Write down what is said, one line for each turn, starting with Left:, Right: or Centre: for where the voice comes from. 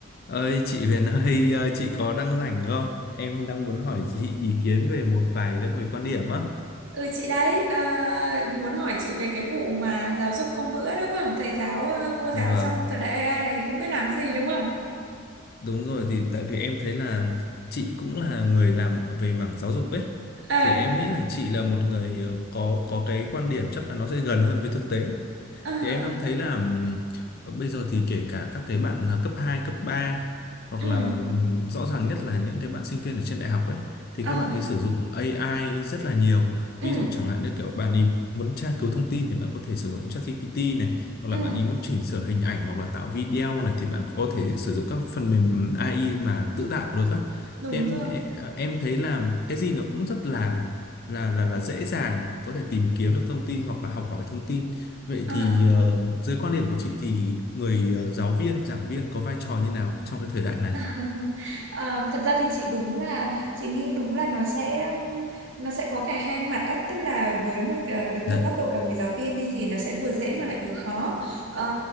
Left: Ơi chị Huyền ơi, ờ, chị có đang rảnh không? Em đang muốn hỏi chị ý kiến về một vài các cái quan điểm á.
Right: Ừ chị đấy à, muốn hỏi chị về cái vụ mà giáo dục hôm bữa đúng không? Thầy giáo ờ, cô giáo
Left: Vâng,
Right: trong thời đại AI này thì không biết làm gì đúng không?
Left: đúng rồi thì tại vì em thấy là chị cũng là người làm về mảng giáo dục ấy.
Right: À,
Left: Thì em nghĩ là chị là một người ờ, có có cái quan điểm chắc là nó sẽ gần hơn với thực tế.
Right: à,
Left: thì em đang thấy là ừm, bây giờ thì kể cả các cái bạn là cấp 2 cấp 3 hoặc
Right: ừ,
Left: là ừm, rõ ràng nhất là những cái bạn sinh viên ở trên đại học ấy thì
Right: à,
Left: các bạn ấy sử dụng AI rất là nhiều.
Right: ừ,
Left: Ví dụ chẳng hạn như kiểu bạn ấy muốn tra cứu thông tin thì bạn có thể sử dụng ChatGPT này hoặc
Right: ừ,
Left: là bạn ấy muốn chỉnh sửa hình ảnh hoặc là tạo video này thì bạn có thể sử dụng các phần mềm AI mà tự tạo được á.
Right: đúng
Left: Thì em
Right: rồi.
Left: em thấy là cái gì nó cũng rất là là là là dễ dàng có thể tìm kiếm được thông tin hoặc là học hỏi thông tin Vậy
Right: À,
Left: thì ờ, dưới quan điểm của chị thì người ờ, giáo viên, giảng viên có vai trò như nào trong cái thời đại này?
Right: <laughs> Ờ, thật ra thì chị đúng là chị nghĩ đúng là nó sẽ um, nó sẽ có cả hai mặt á tức là với một ờ, đứng
Left: Dạ,
Right: ở góc độ là người giáo viên đi thì nó sẽ vừa dễ mà lại vừa khó Ờ,